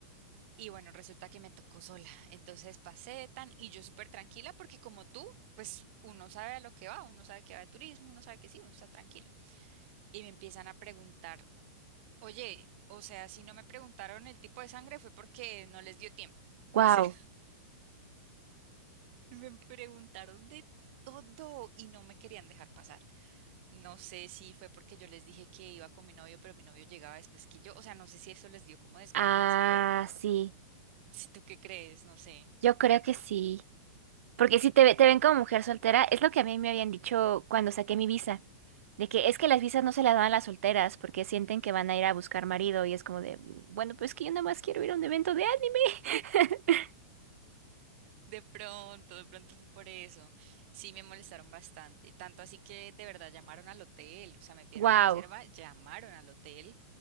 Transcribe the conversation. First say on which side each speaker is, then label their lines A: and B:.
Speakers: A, on the right; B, on the right.
A: Y bueno, resulta que me tocó sola. Entonces pasé tan y yo súper tranquila porque como tú, pues uno sabe a lo que va, uno sabe que va de turismo, uno sabe que sí, uno está tranquilo. Y me empiezan a preguntar, oye, o sea, si no me preguntaron el tipo de sangre fue porque no les dio tiempo.
B: Wow.
A: O sea, Me preguntaron de todo y no me querían dejar pasar. No sé si fue porque yo les dije que iba con mi novio, pero mi novio llegaba después que yo. O sea, no sé si eso les dio como desconfianza
B: Ah,
A: o qué.
B: <gasps> sí.
A: Si tú qué crees, no sé.
B: Yo creo que sí. Porque si te, ve- te ven como mujer soltera, es lo que a mí me habían dicho cuando saqué mi visa. De que es que las visas no se las dan a las solteras porque sienten que van a ir a buscar marido y es como de, bueno, pues que yo nada más quiero ir a un evento de anime. <laughs>
A: De pronto, de pronto fue por eso. Sí, me molestaron bastante. Tanto así que de verdad llamaron al hotel, o sea, me pidieron
B: Wow.
A: la reserva, llamaron al hotel,